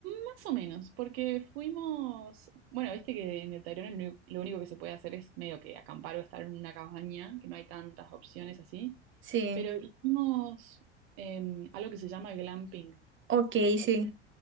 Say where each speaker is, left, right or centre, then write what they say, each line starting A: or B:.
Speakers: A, on the right; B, on the right.
A: más o menos, porque fuimos. Bueno, viste que en el Tayrona el uni- lo único que se puede hacer es medio que acampar o estar en una cabaña, que no hay tantas opciones así.
B: Sí.
A: Pero hicimos em, algo que se llama glamping
B: Ok, sí.